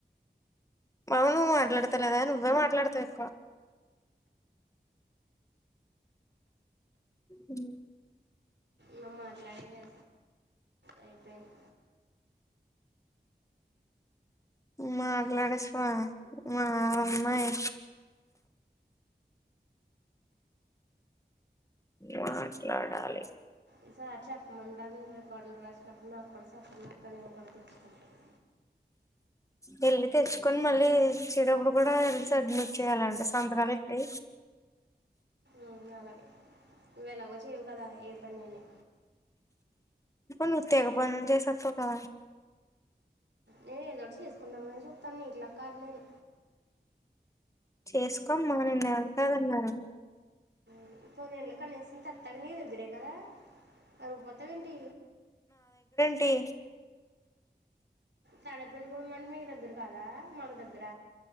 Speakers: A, on the left; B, on the right.
A: మౌను మాట్లాడతాలేదా నువ్వే మాట్లాడతావ్ ఎక్కువ ఉ
B: మేము మాట్లాడేది అయిపోయింది
A: మాట్లాడుస్వా మా అమ్మాయి మాట్లాడాలి
B: ఈ సారి <unintelligible> రికార్డులు రాసినప్పుడు నాకు కూడా చెప్పండి అక్కా నేను కూడా తెచ్చుకుంటాను
A: వెళ్ళి తెచ్చుకొని మళ్ళీ ఇచ్చేటప్పుడు కూడా వెళ్ళి సాద్మిట్ చేయాలంట సంతకాలు పెట్టీ
B: ఉమ్, అలాగే నువ్వు ఎలాగో చేయవు కదా ఏ పనిని నీ
A: నువ్వు తెగ పనిచేత్తవ్ కదా
B: నేను ఏదోటి చేసుకుందామని అని చూస్తాన్న ఇండ్ల కాడా నేను
A: చేసుకో అమ్మ నిన్ను ఎవరు కాదన్నారు
B: <unintelligible> కనీసం తత్తగా నీ దగ్గరే కదా రబ్బీతావ ఏంటి
A: టి
B: తడపం గుడ అంటే మీకు దగ్గర కదా మాకు దగ్గర